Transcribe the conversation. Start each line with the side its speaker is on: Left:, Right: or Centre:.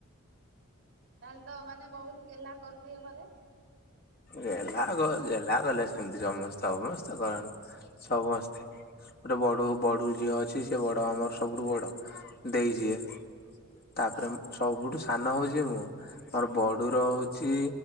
Right: ତାହେଲେ ତ ମାନେ ବହୁତ ଗେହ୍ଲା କରୁଥିବେ ଘରେ।
Left: ଗେଲ୍ହା କ ଗେଲ୍ହା କଲେ ସେମତି ସମସ୍ତେ। ସମସ୍ତେ କରନ୍ତି ସମସ୍ତେ ଗୋଟେ ବଡୁ ବଡୁ ଝିଅ ଅଛି ସେ ବଡ ଆମର ସବୁଠୁ ବଡ ଦେଇ ଯିଏ। ତାପରେ
Right: ହଁ। ହୁଁ
Left: ମୁଁ ସବୁଠୁ ସାନ ହଉଛି ମୁଁ। ମୋର ବଡୁର ହଉ ଛି